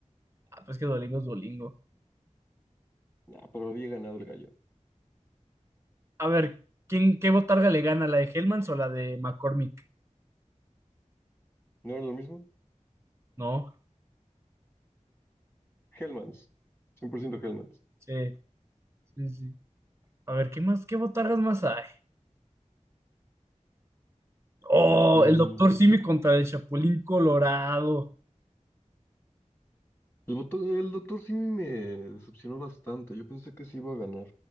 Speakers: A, on the right; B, on the left.
A: Ah, pues que Dolingo es Dolingo.
B: Ah, pero había ganado el gallo.
A: A ver, ¿quién, qué botarga le gana? ¿La de Hellmans o la de McCormick?
B: ¿No era lo mismo?
A: No,
B: Hellmans, 100% Hellmans.
A: sí, sí, sí. A ver, ¿qué más, qué botargas más hay? Oh,
B: Mm,
A: el Doctor Simi contra el Chapulín Colorado.
B: El doctor, el doctor Simi me decepcionó bastante. Yo pensé que sí iba a ganar.